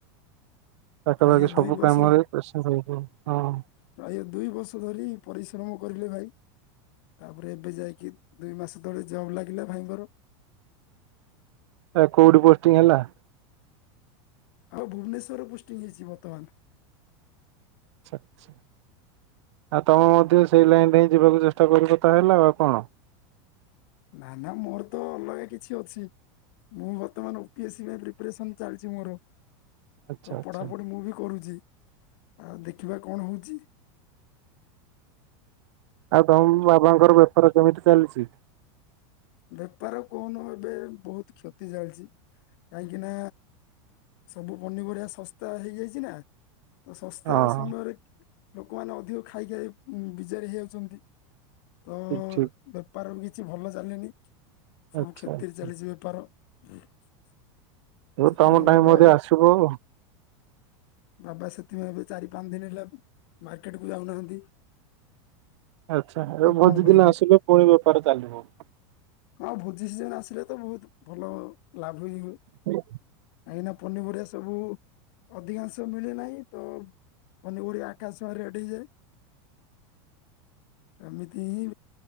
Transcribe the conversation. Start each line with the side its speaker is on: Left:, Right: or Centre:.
Right: ପାଖାପାଖି
Left: ପ୍ରାୟ ଦୁଇ
Right: ସବୁ
Left: ବର୍ଷ
Right: କାମରେ ପ୍ରେସର ରହିବ ହଁ
Left: ପ୍ରାୟ ଦୁଇ ବର୍ଷ ଧରି ପରିଶ୍ରମ କରିଲେ ଭାଇ । ତାପରେ ଏବେ ଯାଇକି ଦୁଇ ମାସ ତଳେ ଜବ୍ ଲାଗିଲା ଭାଇଙ୍କର।
Right: ଏଟା କୋଉଠି ପୋଷ୍ଟିଂ ହେଲା?
Left: ଆଉ ଭୁବନେଶ୍ଵରରେ ପୋଷ୍ଟିଂ ହେଇଛି ବର୍ତ୍ତମାନ।
Right: ଆଚ୍ଛା ଆଉ ତମେ ମଧ୍ୟ ସେଇ ଲାଇନ ଦେଇ ଯିବାକୁ ଚେଷ୍ଟା କରିବ ତା ହେଲା ଆଉ କଣ।
Left: ନା ନା ମୋର ତ ଅଲଗା କିଛି ଅଛି ମୁଁ ବର୍ତ୍ତମାନ ଓପି ଏସ୍ ସି ପାଇଁ ପ୍ରିପାରେସନ ଚାଲିଛି ମୋର।
Right: ଆଚ୍ଛା
Left: ତ
Right: ଆଚ୍ଛା।
Left: ପଢାପଢି ମୁଁ ବି କରୁଛି। ଆଉ ଦେଖିବା କଣ ହଉଛି।
Right: ଆଉ ତମ ବାବାଙ୍କର ବେପାର କେମିତି ଚାଲିଛି?
Left: ବେପାର କହୁନୁ ଏବେ ବହୁତ କ୍ଷତି ଚାଲିଛି କାହିଁକି ନା ସବୁ ପନିପରିବା ଶସ୍ତା ହେଇଯାଇଛି ନା । ତ ଶସ୍ତା
Right: ହଁ
Left: ସମୟରେ । ଲୋକମାନେ ଅଧିକ ଖାଇ ଖାଇ ବିଯାରିଆ ହେଇଯାଉଛନ୍ତି। ତ
Right: ଠିକ ଠିକ
Left: ବେପାର । କିଛି ଭଲ ଚାଲିନି । ସବୁ
Right: ଆଚ୍ଛା
Left: କ୍ଷତିରେ
Right: ଆଚ୍ଛା।
Left: ଚାଲିଛି ବେପାର । ହୁଁ।
Right: ହଉ
Left: ସେଥିପାଇଁ
Right: ତମ ଟାଇମ
Left: ବାବା
Right: ମଧ୍ୟ ଆସିବ
Left: ବାବା ସେଥିପାଇଁ ଏବେ । ଚାରି ପାଞ୍ଚ ଦିନ ହେଲା ମାର୍କେଟ କୁ ଯାଉନାହାନ୍ତି।
Right: ଆଚ୍ଛା
Left: ଆଉ
Right: ଭୋଜିଦିନ
Left: କଣ କରିବା
Right: ଆସିଲେ ପୁଣି ବେପାର ଚାଲିବ।
Left: ହଁ ଭୋଜିଦିନ ଆସିଲେ ତ ବହୁତ ଭଲ ଲାଭ ହିଁ ହୁଏ।
Right: ହୁଁ।
Left: <inaudible> ଏଇନା ପନିପରିବା ସବୁ ଅଧିକାଂଶ ମିଳେ ନାହିଁ ତ ପନିପରିବା ଆକାଶଛୁଆଁ ରେଟ ହେଇଯାଏ। <inaudible> ଏମିତି ହିଁ